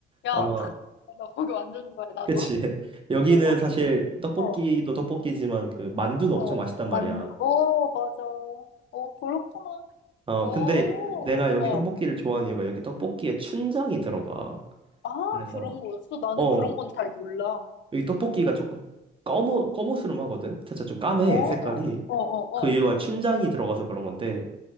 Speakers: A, on the left; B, on the right.
A: 야,
B: 아마,
A: 나 거기 완전 좋아해, 나도.
B: 그치. <laughs> 여기는
A: 어,
B: 사실 떡볶이도
A: 어,
B: 떡볶이지만 그 만두도
A: 어.
B: 엄청 맛있단 말이야.
A: 만, 어, 맞아. 어, 그렇구나.
B: 어,
A: 오,
B: 근데 내가 여기
A: 어.
B: 떡볶이를 좋아하는 이유가 여기 떡볶이에 춘장이 들어가.
A: 아,
B: 그래서,
A: 그런 거였어? 나는
B: 어,
A: 그런 건 잘 몰라.
B: 여기 떡볶이가 조금 검은, 검은스름하거든? 살짝 좀 까매,
A: 어, 어,
B: 색깔이.
A: 어,
B: 그 이유가
A: 어.
B: 춘장이 들어가서 그런 건데.